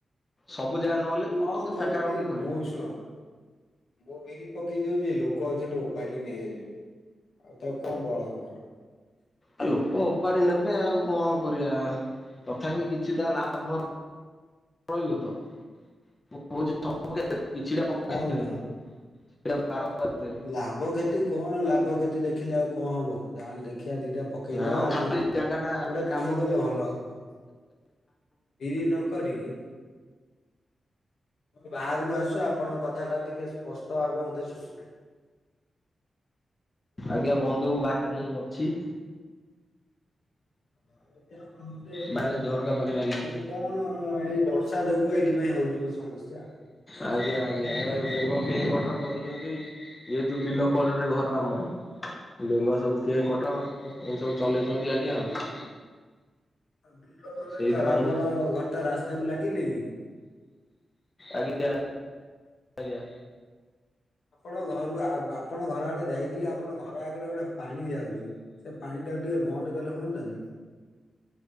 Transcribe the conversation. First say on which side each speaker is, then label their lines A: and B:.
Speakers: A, on the left (about 25°); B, on the left (about 80°).
A: ସବୁ ଜାଗା ନହେଲେ ବି
B: କଣ
A: ଟିକେ
B: କରିବି
A: ଫାଙ୍କା ରଖି ଖରେ।
B: ମୁଁ ଶୁଣ ମୁଁ ବିରି ପକେଇ ଦଉଛି ଲୋକ ଅଛନ୍ତି ଉପାର କି ନେଇଯାଇଛନ୍ତି, ଆଉ ତାକୁ କଣ ବଳ ଆମର?
A: ଆ, ଲୋକ ଉପାଡି ନେବେ ଆଉ କଣ କରିବା। ତଥାପି କିଛି ଟା ଲାଭ ରଇବ ତ। ମୁଁ ଯେ ସବୁ ପକେଇଦେବେ କିଛିଟା ପକେଇଦେବେ
B: କଣ ଲା
A: <inaudible> କରିଦେବେ।
B: ଲାଭ କ୍ଷତି କଣ ଲାଭ କ୍ଷତି ଦେଖିଲେ ଆଉ କଣ ହବ। ଯାହାଲେ ଦେଖିବା ଦିଟା ପକେଇଦବା
A: ନା ମ
B: ଆଉ,
A: ଖାଲି ଜାଗା ଟା
B: ଗୋଟେ କାମ କଲେ ଭଲ ହବ। ବିରି ନ କରିକି। ବାହାରକୁ ଆସ ଆପଣଙ୍କ କଥା ଟା ଟିକେ ସ୍ପଷ୍ଟ ଭାବେ ମୋତେ ଶୁଭୁନାହିଁ। ବୁଝିପାରିଲେ।
A: ଆଜ୍ଞା ବନ୍ଧୁ ମୁଁ ବାହାରେ ହିଁ ଅଛି।
B: ବାହାରେ ଅଛି ଆପଣ ମୋତେ ଏ
A: ବାହାରେ ଝରକା ପାଖରେ ଆଜ୍ଞା
B: ଟିକେ
A: ଅଛି।
B: କଣ ହଁ ଏଇ ବର୍ଷା ଯୋଗୁ ଏଇଥିପାଇଁ ହଉଥୁବ ସମସ୍ୟା।
A: ଆଜ୍ଞା ଆଜ୍ଞା ଏ ବେଙ୍ଗ
B: ବୁଝିପାରିଲେ।
A: କେଁ କଟର କରୁଚନ୍ତି। ଯେହେତୁ ବିଲ କଡରେ ଘର ଆମର ବେଙ୍ଗ ସବୁ କେଁ କଟ।
B: <unintelligible>
A: ଏମତି ସବୁ ଚଲେଇଚନ୍ତି ଆଜ୍ଞା ଆଉ।
B: ହଁ ବିଲ କଡରେ
A: ସେଇଥିପାଇଁ
B: ଘର। ଆମର ଘରଟା ରାସ୍ତା କୁ ଲାଗିନି କି?
A: ଆଜ୍ଞା, ଆଜ୍ଞା।
B: ଆପଣ ଘରୁ ଆ, ଆପଣ ଘର ଆଡେ ଯାଇଥିଲି ଆପଣ ଘର ଆଗରେ ଗୋଟେ ପାଣି ଯାଉଚି। ସେ ପାଣି ଟାକୁ ଟିକେ ବନ୍ଦ କଲେ ହୁଅନ୍ତାନି।